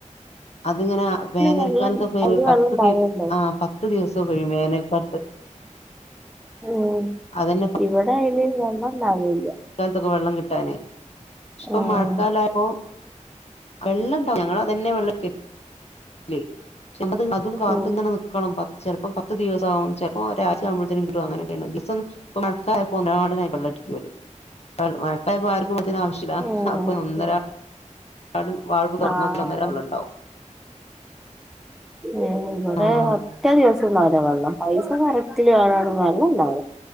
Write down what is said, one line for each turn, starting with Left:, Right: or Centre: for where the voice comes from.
Left: അത്ങ്ങനെ വേനൽക്കാലത്തൊക്കെങ്ങള്
Centre: വെള്ളം അയില്
Left: പത്ത്
Centre: വെള്ളം
Left: പെ
Centre: താഴെയുണ്ടോ
Left: ആ പത്ത് ത്ത് ദിവസം വെയും വേനൽക്കാത്ത്.
Centre: ഉം
Left: അതന്നെ
Centre: ഇവ്ടെ അയ്ന് വെള്ളണ്ടാവില്ല.
Left: ക്കാൻത്തൊക്കെ വെള്ളം കിട്ടാന് ഇപ്പൊ
Centre: ആഹ്
Left: മഴക്കാലായപോ. വെള്ളംണ്ടാവും ഞങ്ങളതന്നെ വെള്ളട്ക്കല് ശെ ഞമ്മത് അതും കാത്ത്ങ്ങനെനിക്
Centre: ഉം
Left: ക്കണം പത് ചെൽപ്പം പത്ത് ദിവസവും ചെൽപ്പോ ഒരാഴ്ച്ചഅമ്പോത്തിന് കിട്ടും അങ്ങനൊക്കെണ്ട് ദിവസോന്നും ഇപ്പൊ മഴക്കാലപ്പോ ഒന്നാരടനായി വെള്ളടിക്കോല്. എൾ മഴക്കായപ്പൊ ആർക്കു അതിനാ വശ്യല്ലാ
Centre: ഏഹ്
Left: അപ്പൊ ഒന്നരാ
Centre: ശരി
Left: ട്ടടൻവാൽവ് തോർന്നോക്ക
Centre: ആഹ്
Left: അന്നരംവെള്ളണ്ടാവും.
Centre: ഏ ഇവ്ടെ
Left: ആഹ്
Centre: ഒറ്റ ദിവസംഇണ്ടാവുല വെള്ളം പൈസ കറക് ത്തിലാളാണ് വെള്ളണ്ടാവല്